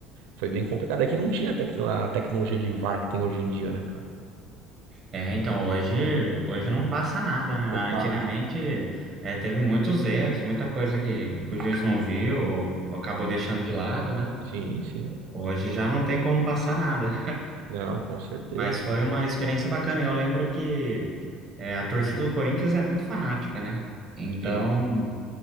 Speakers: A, on the right; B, on the right.
A: foi bem complicado. É que não tinha tec- a tecnologia de VAR que tem hoje em dia, né, cara?
B: É, então hoje, hoje não passa nada, né?
A: Não passa.
B: Antigamente é, teve muitos erros, muita coisa que, que o juiz não viu ou, ou acabou deixando de lado, né?
A: Sim, sim.
B: Hoje já não tem como passar nada.
A: Não, com certeza,
B: Mas foi
A: cara.
B: uma experiência bacana. E Eu lembro que é, a torcida do Corinthians é muito fanática, né? Então.
A: Sim.